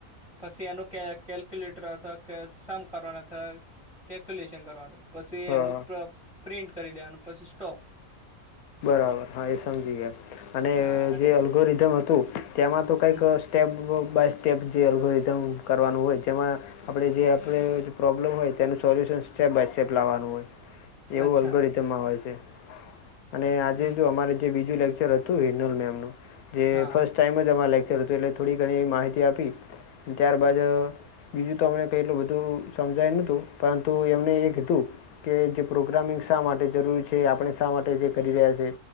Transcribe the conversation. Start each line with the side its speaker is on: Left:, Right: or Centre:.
Centre: પછી એનું ક કેલ્ક્યુલેટર અથવા સમ કરના થ અથવા કેલ્ક્યુલેશન કરવાનું પછી
Left: હા
Centre: એનું પ પ્રિન્ટ કરી દેનું પછી સ્ટોપ
Left: બરાબર હા એ સમજી ગયા અને
Centre: હા અને
Left: જે અલ્ગોરિધમ હતું તેમાં તો કઈક
Centre: હમ
Left: સ્ટેપ બાય સ્ટેપ જે અલ્ગોરિઝમ કરવાનું હોય, જેમાં આપણે જે આપે પ્રોબ્લેમ હોય, તેનું સોલ્યુશન સ્ટેપ બાય સ્ટેપ લાવવાનું હોય. એવું
Centre: અચ્છા
Left: અલગ રીતે મા આવેય છે. અને આજે
Centre: હમ
Left: જો અમારે જે બીજું લેક્ચર હતું હિનલ મેમનું જે
Centre: હા
Left: ફસ્ટ ટાઈમ જ અમા લેક્ચર હતું એટલે થોડી ઘણી એવી માહિતી આપી. ત્યારબાદ બીજું તો અમને કઈ એટલું બધું સમજાય નતું પરંતુ એમણે એ કીધું કે જે પ્રોગ્રામિંગ શા માટે જરૂરી છે. આપણે શા માટે કે કરી રહ્યા છે,